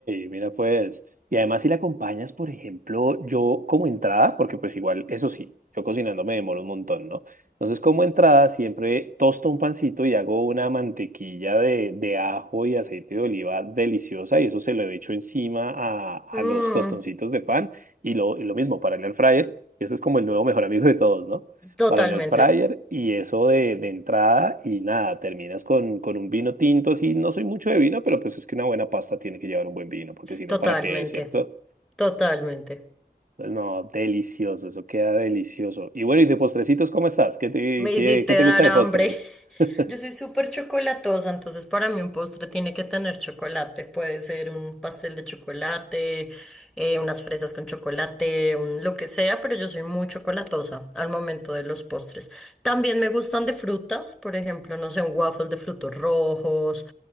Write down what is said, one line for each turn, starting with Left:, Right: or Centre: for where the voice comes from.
Right: mira pues. Y además si la acompañas, por ejemplo, yo como entrada, porque pues igual, eso sí, yo cocinando me demoro un montón, ¿no? Entonces como entrada siempre tosto un pancito y hago una mantequilla de, de ajo y aceite de oliva deliciosa y eso se lo echo encima a, a
Centre: Mm,
Right: los tostoncitos de pan y lo, y lo mismo para el air fryer. Ese es como el nuevo mejor amigo de todos, ¿no?
Centre: totalmente,
Right: para el air fryer y eso de, de entrada y nada, terminas con, con un vino tinto, así no soy mucho de vino, pero pues es que una buena pasta tiene que llevar un buen vino, porque si no,
Centre: totalmente,
Right: ¿para qué, cierto?
Centre: totalmente.
Right: Pues no, delicioso, eso queda delicioso. Y bueno, y de postrecitos, ¿cómo estás? ¿Qué te,
Centre: Me
Right: qué,
Centre: hiciste
Right: qué te
Centre: dar
Right: gusta de
Centre: hambre.
Right: postre? <laughs>
Centre: Yo soy súper chocolatosa, entonces para mí un postre tiene que tener chocolate. Puede ser un pastel de chocolate, eh, unas fresas con chocolate, un lo que sea, pero yo soy muy chocolatosa al momento de los postres. También me gustan de frutas, por ejemplo, no sé, un waffle de frutos rojos